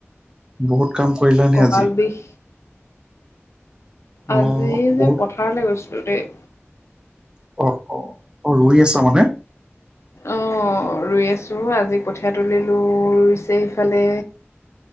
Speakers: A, on the right; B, on the left.
A: বহুত কাম কৰিলানে
B: কঁকাল
A: আজি?
B: বিষ
A: অ
B: আজি
A: বহুত
B: যে পথাৰলৈ গৈছিলো দেই।
A: অ অ অ ৰৈ আছা মানে।
B: অঁ ৰুই আছোঁ, আজি কঠীয়া তুলিলোঁ ৰুইছে ইফালে।